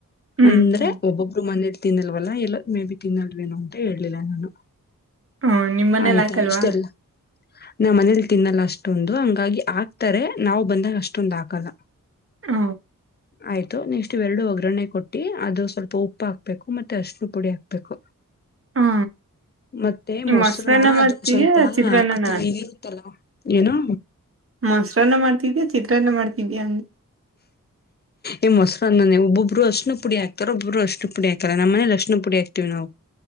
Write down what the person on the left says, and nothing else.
ಅಂದ್ರೆ
ಒಬ್ಬೊಬ್ರು ಮಂದ ತಿನ್ನಲ್ವಲ್ಲ ಇಲ್ಲ ಮೇ ಬಿ ತಿನ್ನಲ್ವೇನು ಅಂತ ಹೇಳಲಿಲ್ಲ ನಾನು
ಆಯ್ತಾ
ಇಷ್ಟೆಲ್ಲ ನಾವ್ ಮನೇಲಿ ತಿನ್ನಲ್ಲ ಅಷ್ಟೊಂದು ಹಂಗಾಗಿ ಆಕ್ತಾರೆ ನಾವ್ ಬಂದಾಗ ಅಷ್ಟೊಂದ್ ಹಾಕಲ್ಲ
ಆಯ್ತು ನೆಕ್ಸ್ಟ್ ಎರಡು ಒಗ್ಗರಣೆ ಕೊಟ್ಟಿ ಅದು ಸ್ವಲ್ಪ ಉಪ್ಪು ಹಾಕ್ಬೇಕು ಮತ್ತೆ ಅಶ್ಣ ಪುಡಿ ಹಾಕ್ಬೇಕು
ಮತ್ತೆ ಮೊಸರ
ಅದು ಸ್ವಲ್ಪ
ಅಥವಾ ಹಗಿರುತ್ತಲ್ಲ ಏನು
ಏ ಮೊಸರ ಮನೆ ಒಬ್ಬೊಬ್ಬರು ಅಶ್ನ ಪುಡಿ ಹಾತಾರ ಒಬಬ್ರು ಅರಿಸಿನ ಪುಡಿ ಹಾತಾರ ನಮ್ಮನೇಲಿ ಅರ್ಷಣ ಪುಡಿ ಹಾಕ್ತೀವಿ ನಾವು